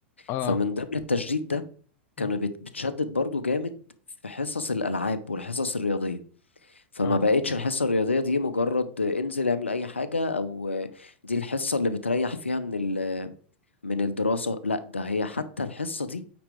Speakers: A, on the left; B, on the left.
A: اه
B: فمن ضمن التشديد ده
A: مم.
B: كانوا بت- بتشدد برضو جامد في حصص الألعاب والحصص الرياضية فما
A: اه
B: بقتش الحصة الرياضية دي مجرد آه، انزل اعمل أي حاجة أو آه، دي الحصة اللي بتريح فيها من ال من الدراسة لا ده هي حتى الحصة دي